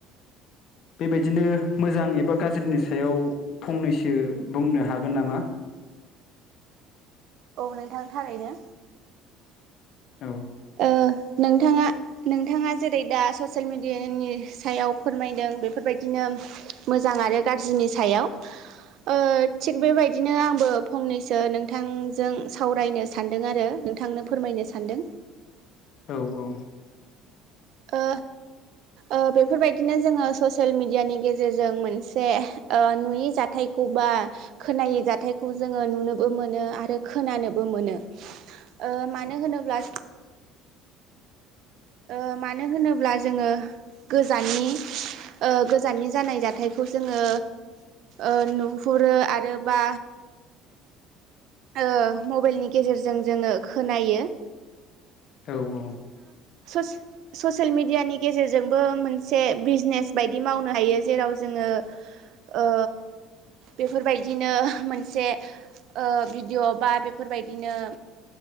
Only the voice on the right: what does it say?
औ नोंथां थारैनो।
ओ नोंथाङा नोंथाङा जेरै दा ससियेल मेडियानि सायाव फोरमायदों बेफोरबायदिनो मोजां आरो गाज्रिनि सायाव ओ थिग बेबायदिनो आंबो फंनैसो नोंथांजों सावरायनो सानदों आरो। नोंथांनो फोरमायनो सान्दों।
ओ ओ बेफोरबायदिनो जोङो ससियेल मिडियानि गेजेरजों मोनसे जे ओ नुयि जाथाय। खौबा खोनायै जाथायखौ जोङो नुनोबो मोनो आरो खोनानोबो मोनो। ओ मानो होनोब्ला ओ मानो होनोब्ला जोङो गोजाननि ओ गोजाननि जानाय जाथायखौ जोङो ओ नुहुरो आरो बा ओ मबाइलनि गेजेरजों जोङो खोनायो।
ससेल मिदियानि गेजेरजोंबो मोनसे बिजिनेस बायदि मावनो हायो। जेराव जोङो ओ बेफोरबायदिनो मोनसे ओ भिडिअ' बा बेफोरबायदिनो